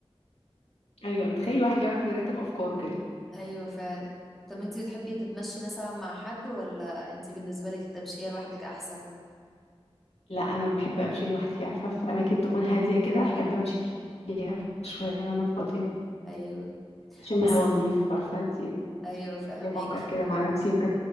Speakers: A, on the left; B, in the centre.
A: ايوه بتخيل الواحد يعرف يرتب افكاره كده
B: ايوه فعلا طب انتي بتحبي تتمشي مثلا مع حد ولا انتي بالنسبة لك التمشية لوحدك احسن
A: لا انا بحب امشي لوحدي عارفه في اماكن تكون هاديه كده احب امشي فيها شويه وانا فاضيه
B: ايوه
A: اشم
B: بس
A: هوا نضيف عارفه انت
B: ايوه فهماكي
A: افكر كده مع نفسي ممكن